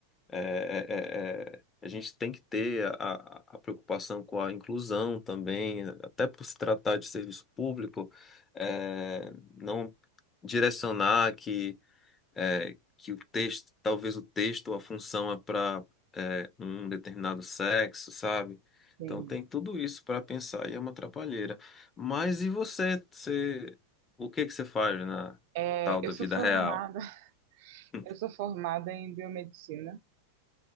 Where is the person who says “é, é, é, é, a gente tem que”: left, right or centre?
Left